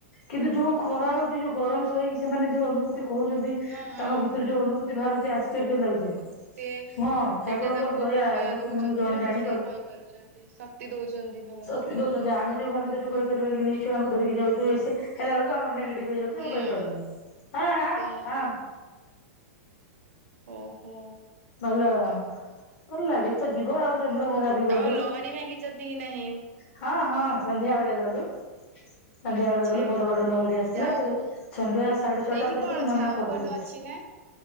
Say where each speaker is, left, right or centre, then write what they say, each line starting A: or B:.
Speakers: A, on the left; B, on the right.
A: କିନ୍ତୁ ଯୋଉ ଖରା ହଉଛି ଯୋଉ ଗରମ ସହିକି ସେମାନେ ଯୋଉ ଅନୁଭୁ କହୁଛନ୍ତି ତାଙ୍କ
B: ହଁ ହଁ
A: ଭିତରୁ ଯୋଉ ଅନୁଭୂତି ବାହାରୁଛି ଆଶ୍ଚର୍ଯ୍ୟ ଲାଗୁଛି।
B: ସି
A: ହଁ ଠାକୁରଙ୍କର
B: ସେଇଟା ତାଙ୍କୁ
A: ଦୟା
B: କୃପା
A: ଲୋକ
B: ଦଉଛନ୍ତି
A: ସେମାନଙ୍କୁ ଜଣେ
B: ବୋଲି
A: ଜାଣି
B: ସିଏ କହିପାରୁଛନ୍ତି। ସ କ୍ତି ଦଉଛନ୍ତି ଭଗ
A: କ୍ତି ଦଉଛନ୍ତି ଆମେ ଯଉ ଭାବି ଦଉଛୁ କହିପାରିବା କି ନେଇ ଛୁଆଙ୍କୁ ଧରିକି ଯାଉଛୁ ଇଏ ସିଏ ହେଲା ବଳକୁ ଆମ <unintelligible> ଆମେ
B: ହୁଁ
A: କହିପାରୁନୁ ଆଃ ଆଃ
B: ସେଇଆ
A: ଆଃ
B: ଓହୋ।
A: ଭଲ ଭଲ ଲାଗେ ତ ଯିବ ଆଉ ଚନ୍ଦ୍ରଭାଗା ବି ଗଲୁ।
B: ଆଉ ଲହରୀ ଭାଙ୍ଗିଛନ୍ତି କି ନାହିଁ।
A: ହଁ ହଁ ସନ୍ଧ୍ୟା ବେଳେ ଗଲୁ। ସନ୍ଧ୍ୟା ବେଳେ
B: ଆଚ୍ଛା
A: ଗଲୁ ବଡ ବଡ ଲହଡି ଆସୁଥିଲା
B: ଯା
A: ପରେ
B: ହଉ
A: ସନ୍ଧ୍ୟା ସାଢେ ଛଅଟା
B: ସେଇଠି
A: ପରେ
B: କଣ
A: ପରେ ମନା
B: ଝାଉଁ
A: କରିଦେଲେ।
B: ବନ ଅଛି ନା?